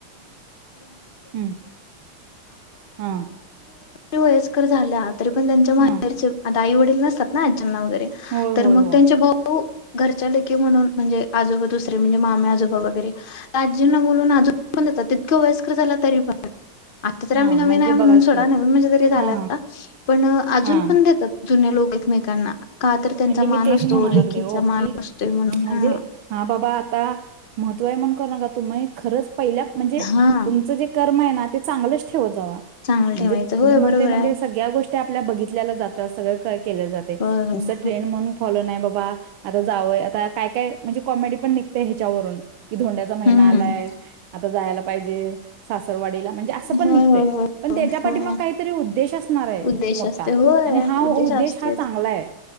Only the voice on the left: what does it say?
वयस्कर झाल्यात. <unintelligible>
ताई- वडील नसतात ना? <unintelligible>
<unintelligible> <unintelligible> आता तर
आम्ही नवीन
आहे, म्हणून
सोडा.
नवीन म्हणजे तरी झालात
ना? पण अजून
पण देतात. जुने लोक एकमेकांना. का तर. त्यांचा
मान
असतो
लेकीचा
मान
असतोय म्हणून
हा
हा
चांगलं
ठेवायचं होय
बरोबर
आहे
होय होय
हम्म
होय
होय होय
होय
उद्देश
असते होय
असतेच